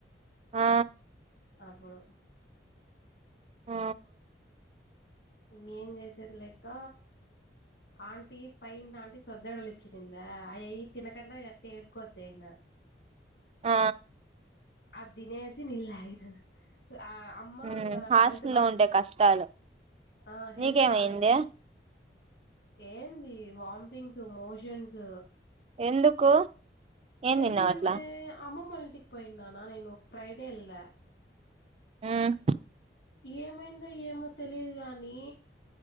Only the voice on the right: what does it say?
ఆ
ఆ
ఆ
మ్
హాస్టల్లో
ఉండే కష్టాలు
నీకేమైంది
ఎందుకు ఏం
తిన్నావు అట్లా
హ్మ్